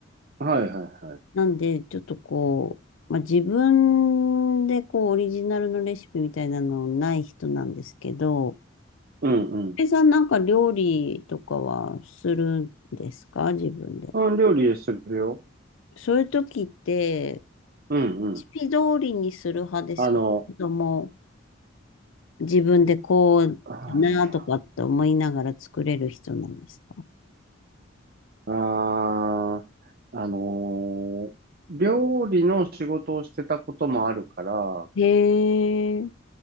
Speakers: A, on the right; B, on the left.
A: はいはい。
B: なんで、ちょっとこう、まあ、自分でこう、オリジナルのレシピみたいなのない人なんですけど、
A: うん、うん。
B: 俊平さんなんか料理とかはするんですか自分で。
A: うん、料理するよ。
B: そういう時って、レ
A: うん、うん。
B: シピ通りにする派ですかけども、
A: あの、
B: 自分でこうだなとかって思いながら作れる人なんですか
A: あー、あーあのー料理の仕事をしてたこともあるから、
B: へえ、